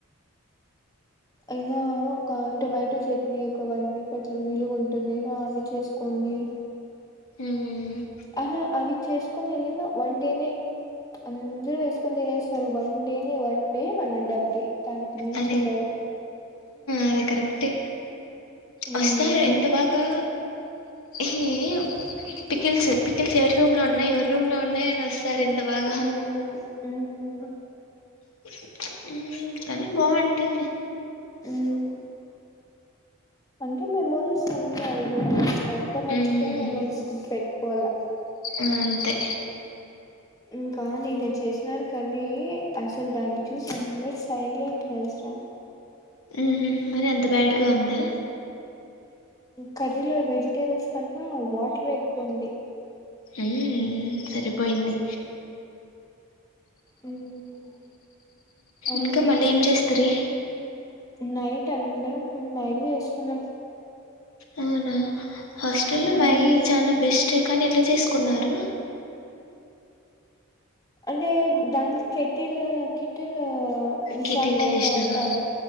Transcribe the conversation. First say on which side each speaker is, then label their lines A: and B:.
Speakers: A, on the left; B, on the left.
A: ఇకా ఒక టొమాటో చట్నీ ఒక వన్ వీక్ అట్లా నిలువ ఉంటుంది కదా అవి చేసుకోని
B: మ్మ్
A: అనా అవి చేసుకొని వెళ్ళినా వన్ డేనే అందరూ వేసుకొని తినేస్తారు వన్ డేనే one day one and half day దానికి మించి
B: అదే
A: ఉండదు
B: అదే కరెక్ట్ టి
A: మ్మ్
B: వస్తారు ఎంత బాగా హెమ్ ఏం పికిల్స్ పికిల్స్ ఎవరూ లో ఉన్నాయి ఎవరి రూమ్ లో ఉన్నాయ అని వస్తారు ఇంత బాగా
A: మ్మ్ మ్మ్
B: ప ఉమ్ చలి బాగుంటుంది
A: ఉమ్ అంటే మెమోరీస్ అంటే అవి కూడా అంత మర్చిపోయి
B: మ్మ్
A: మెమోరీస్ గుర్ పె కోలా
B: ఆ అంతే
A: ఇంకా నిన్న చేసినారు కర్రీ అసలు దాన్ని చూసి అందరు సైలెంట్ తెలుసురా
B: ఉహు మరి అంత బ్యాడ్గా ఉందా
A: కర్రీలో వెజిటేబుల్స్ కన్నా వాటర్ ఎక్కువుంది
B: హమ్ సరిపోయింది
A: మ్మ్ అందుకే
B: ఇంకా మళ్ళీ ఏం చేస్తారు
A: నైట్ అందరం మ్యాగి చేసుకున్నాం
B: అవునా హాస్టల్ల్లో
A: మ్మ్
B: మ్యాగీ చానా బెస్ట్ ఎ కానీ ఎట్లా చేసుకున్నారు
A: అంటే దాని కెటిల్ కెటిల్ విశాల్
B: కిటిల్లో
A: మట్
B: చేసినారా
A: లో వంద యాభై